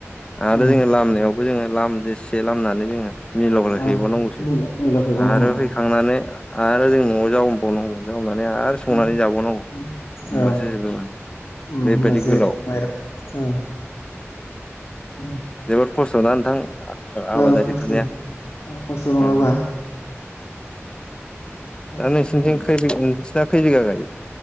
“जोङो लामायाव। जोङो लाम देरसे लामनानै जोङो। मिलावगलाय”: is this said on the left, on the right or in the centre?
Left